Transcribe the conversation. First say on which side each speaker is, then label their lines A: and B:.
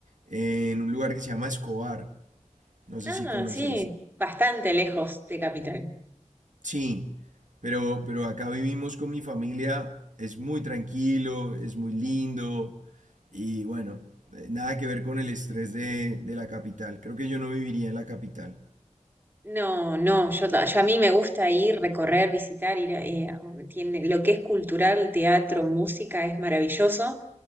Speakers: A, on the right; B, on the right.
A: en un lugar que se llama Escobar. No sé
B: Ah,
A: si conoces.
B: sí, bastante lejos de Capital.
A: Sí, pero, pero acá vivimos con mi familia. Es muy tranquilo, es muy lindo y bueno, eh, nada que ver con el estrés de, de la capital. Creo que yo no viviría en la capital.
B: No, no, yo, ta- yo a mí me gusta ir, recorrer, visitar, ir a, eh, a- tiene, lo que es cultural, teatro, música es maravilloso